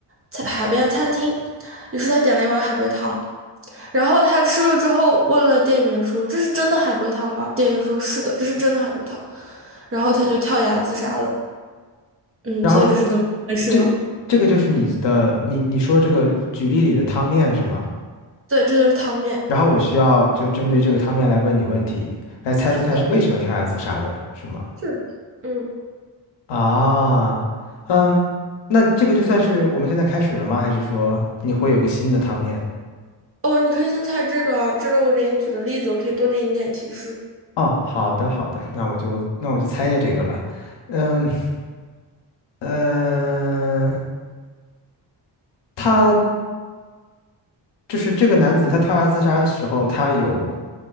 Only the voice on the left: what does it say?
然后
这这个就是你的，你你说这个举例里的汤面是吗？
然后我需要就针对这个汤面来问你问题，来猜出他是为什么跳崖自杀的，
是吗？
啊，嗯，那这个就算是我们现在开始了吗？还是说你会有个新的汤面？
哦，好的好的，那我就那我就猜一下这个了，嗯。呃，他就是这个男子他跳崖自杀的时候，他有